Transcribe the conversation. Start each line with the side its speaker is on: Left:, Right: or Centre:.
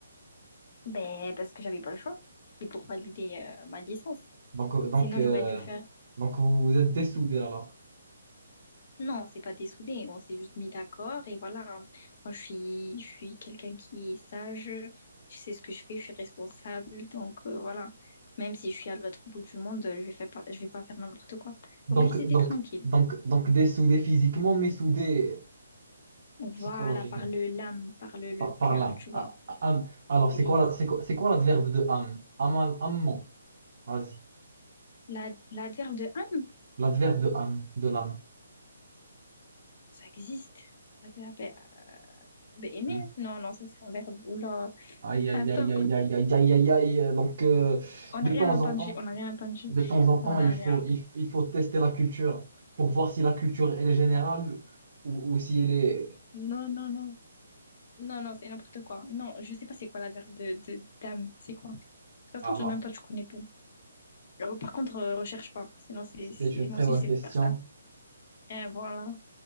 Left: Ben, parce que j'avais pas le choix. C'est pour valider euh, ma licence.
Right: Donc, euh, donc,
Left: Sinon,
Right: euh,
Left: j'aurais dû faire.
Right: donc vous vous êtes dessoudés
Left: c'est-
Right: alors.
Left: Non, c'est pas dessoudé. On s'est juste mis d'accord et voilà. Moi, je suis, je suis quelqu'un qui est sage. Je sais ce que je fais. Je suis responsable. Donc, euh, voilà. Même si je suis à l'autre bout du monde, je vais faire pas, je vais pas faire n'importe quoi.
Right: Donc,
Left: Donc, ils étaient
Right: donc,
Left: tranquilles.
Right: donc, donc dessoudés physiquement, mais soudés
Left: Voilà,
Right: psychologiquement,
Left: par le l'âme, par le, le
Right: par,
Left: cœur,
Right: par l'âme.
Left: tu vois.
Right: Ah, ah, âme. Alors,
Left: C'est
Right: c'est quoi, la- c'est quoi, c'est quoi l'adverbe de âme? Amal, amant. Vas-y.
Left: la- l'adverbe de âme,
Right: L'adverbe de âme, de l'âme.
Left: ça existe. L'adverbe euh, ben, aimer,
Right: Hmm.
Left: non, non, ça c'est un verbe. Oula,
Right: Aïe, aïe,
Left: attends,
Right: aïe, aïe, aïe, aïe, aïe, aïe, aïe. Euh, Donc, euh,
Left: on
Right: de
Left: n'a rien
Right: temps
Left: entendu,
Right: en temps,
Left: on n'a rien entendu,
Right: de temps en temps,
Left: on n'a
Right: il faut,
Left: rien.
Right: il, f- il faut tester la culture pour voir si la culture, elle est générale ou, ou si elle est...
Left: Non, non, non, non, non, c'est n'importe quoi. Non, je sais pas c'est quoi l'adverbe de, de d'âme, c'est quoi? Ça se
Right: Alors,
Left: trouve, même toi tu connais pas. Euh, Par contre, euh, recherche pas, sinon c'est,
Right: c'est
Left: c'est...
Right: une très
Left: moi aussi
Right: bonne
Left: je sais
Right: question.
Left: faire ça. Et voilà,